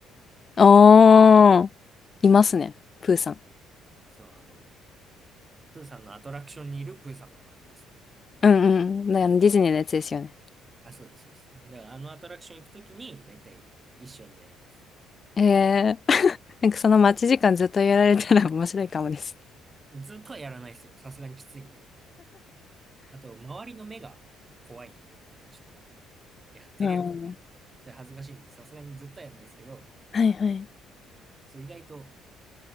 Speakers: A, on the left (about 35°); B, on the right (about 25°).
A: あー。いますね。プーさん。
B: そう、あの、プーさんのアトラクションにいるプーさんの真似ですね。
A: うんうん。だからディズニーのやつですよね。
B: あ、そうです、そうです。だからあのアトラクション行くときに、だいたい一緒にやります。
A: ええー。<laughs> なんかその待ち時間ずっとやられたら面白いかもです。
B: ずっとはやらないですよ。さすがにきついんで。あと、周りの目が怖いんで、なんかちょっと、やってるよとかなるんで、
A: うん。
B: じゃあ恥ずかしいんで、さすがにずっとはやらないですけど、
A: はいはい。
B: そう、意外と、